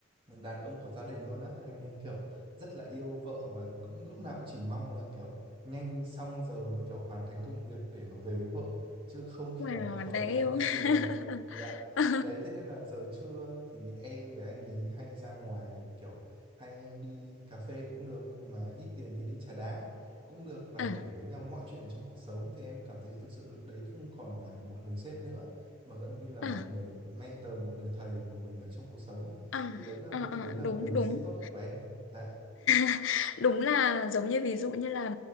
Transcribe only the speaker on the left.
wow
đáng
yêu
<laughs>
à,
à,
ờ,
ờ,
ờ, à,
đúng
đúng
<laughs> Đúng là giống như ví dụ như là